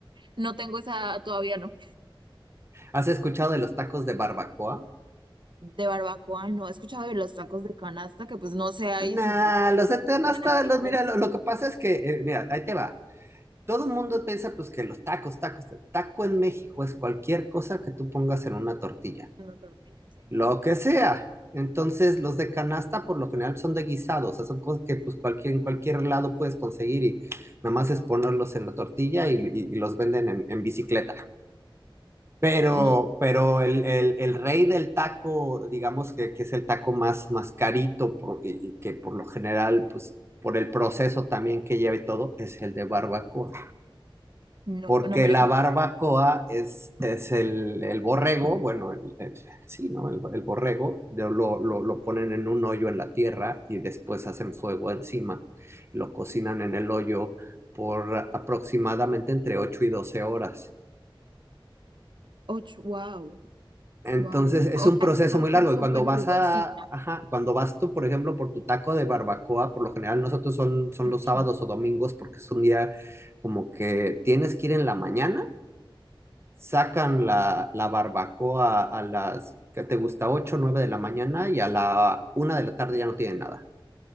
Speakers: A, on the right; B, on the right.
A: no tengo esa, todavía no.
B: ¿Has escuchado de los tacos de barbacoa?
A: De barbacoa, no he escuchado de los tacos de canasta, que pues no sé ahí
B: Nah,
A: si
B: los de Teno
A: dicen
B: hasta
A: así,
B: los, mira,
A: pero
B: lo, lo que pasa es que, eh, mira, ahí te va. Todo el mundo piensa pues que los tacos, tacos, taco en México es cualquier cosa que tú pongas en una tortilla.
A: no tortillas, sí.
B: Lo que sea. Entonces, los de canasta por lo general son de guisado, o sea, son cosas que pues cualquier, en cualquier lado puedes conseguir y nada más es ponerlos en la tortilla y, y- y los venden en, en bicicleta. Pero,
A: Mm,
B: pero el, el- el rey del taco, digamos que, que es el taco más, más carito por- y, y que por lo general, pues por el proceso también que lleva y todo, es el de barbacoa
A: nunca,
B: porque
A: no, mira
B: la
A: que
B: barbacoa es, es el, el borrego, bueno, el, el- sí, ¿no? El, el borrego, de- lo, lo, lo ponen en un hoyo en la tierra y después hacen fuego encima. Lo cocinan en el hoyo por aproximadamente entre 8 y 12 horas.
A: Ocho, wow,
B: Entonces
A: wow.
B: es
A: O
B: un proceso
A: sea, así
B: muy largo y
A: súper
B: cuando vas
A: jugosita.
B: a, ajá, cuando vas tú, por ejemplo, por tu taco de barbacoa, por lo general nosotros son, son
A: <clears throat>
B: los sábados o domingos porque es un día como que tienes que ir en la mañana sacan la, la barbacoa a las, que te gusta? 8, 9 de la mañana y a la una de la tarde ya no tienen nada.